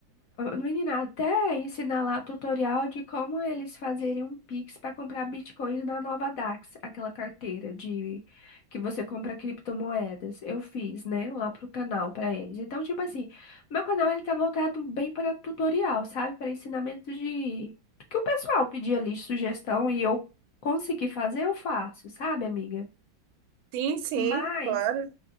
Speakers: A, on the left (about 65°); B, on the right (about 90°).
A: Menina, até ensinar lá tutorial de como eles fazerem um Pix para comprar bitcoins na nova DAX, aquela carteira de que você compra criptomoedas. Eu fiz, né, lá pro canal para eles. Então, tipo assim, meu canal ele tá voltado bem para tutorial, sabe? Para ensinamento de que o pessoal pedia ali sugestão e eu consegui fazer, eu faço, sabe, amiga?
B: Sim, sim,
A: Mas,
B: claro.